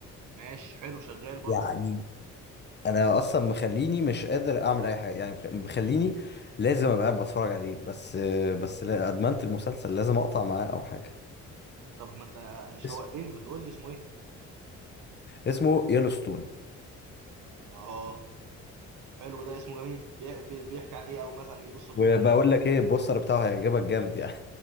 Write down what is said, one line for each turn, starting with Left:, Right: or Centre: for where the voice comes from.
Right: ماشي حلو شغال برضه
Left: يعني انا اصلا مخليني مش قادر اعمل اي حاجه يعني مخ- مخليني لازم ابقى قاعد بتفرج عليه بس بس لا ادمنت المسلسل لازم اقطع معاه او حاجه
Right: طب ما انت شوقتني
Left: اسم
Right: ما تقول لي اسمه ايه
Left: اسمه يellowstone
Right: اه حلو ده اسمه جميل بي- بي- بيحكي عن ايه او مثلا ايه قصته
Left: وبقول لك ايه البوستر بتاعه هيعجبك جامد يعني